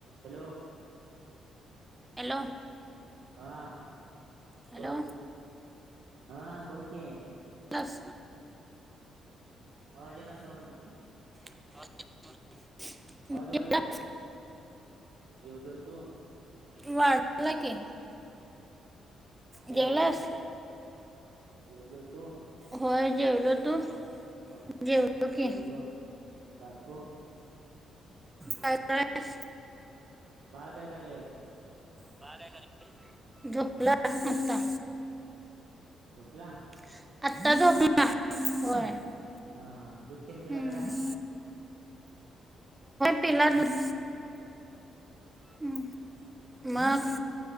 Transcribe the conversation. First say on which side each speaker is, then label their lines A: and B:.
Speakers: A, on the right; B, on the right.
A: Hello
B: hello
A: हा
B: hello
A: बोल हा बोल की.
B: लास
A: आवाज येईना सवन.
B: <unintelligible>
A: आवाज
B: जेवला-
A: वाढव की. जेवलो तू.
B: वाढवला की.
A: जेवलीस
B: जेवलास?
A: काय जेवलो तू.
B: होय जेवलो तू.
A: ब
B: जेवलो की
A: जेवलो बारको.
B: काय काय आकाश.
A: बाळ काय करालंय?
B: <unintelligible> आता.
A: पला
B: आता झोपला होय.
A: हा दुध तेन पिला
B: हम्म.
A: काय?
B: पिला दूध. हम्म, मग.